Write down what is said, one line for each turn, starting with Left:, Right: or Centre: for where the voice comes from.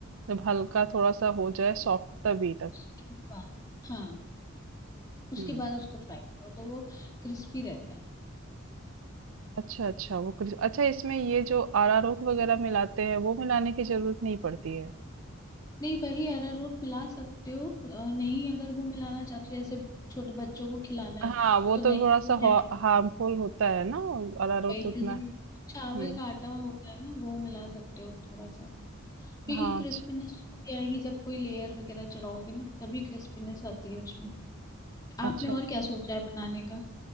Right: जब हल्का थोड़ा-सा हो जाए सॉफ्ट तभी तक।
Left: उसके बाद हाँ उसके
Right: हुँ।
Left: बाद उसको फ्राई करो तो वो क्रिस्पी रहता है
Right: अच्छा, अच्छा वो क्रिस अच्छा इसमें ये जो अरारोट वगैरह मिलाते हैं वो मिलाने की जरूरत नहीं पड़ती है।
Left: नहीं वही अरारोट मिला सकते हो अ, नहीं अगर वो मिलाना चाहते हो जैसे छोटे बच्चों को खिलाना है
Right: हाँ, वो
Left: तो नहीं
Right: तो थोड़ा-सा
Left: वो
Right: हो
Left: हेल्दी
Right: हार्मफुल होता है ना अरारोट
Left: वही
Right: तो उतना
Left: हेल्दी चावल
Right: हुँ।
Left: का आटा होता है ना वो मिला सकते हो थोड़ा सा क्योंकि
Right: हाँ,
Left: क्रिस्पीनेस
Right: अच्छ
Left: तभी आएगी जब कोई लेयर वगैरह चढ़ाओगे ना तभी क्रिस्पीनेस आती है उसमें आपने
Right: अच्छा, अच्छा।
Left: और क्या सोचा है बनाने का